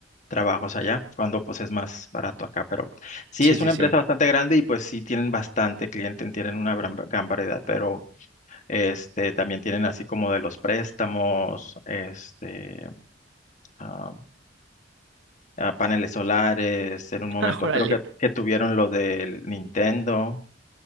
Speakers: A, on the left; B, on the right.
A: trabajos allá, cuando pues es más barato acá. Pero sí,
B: Sí,
A: es
B: sí,
A: una
B: sí.
A: empresa bastante grande y pues sí tienen bastante cliente, tienen una gran, gran variedad, pero este, también tienen así como de los préstamos, este, ah, ah, paneles solares, en un
B: <laughs>
A: momento
B: Ah, órale,
A: creo que, que tuvieron lo del Nintendo.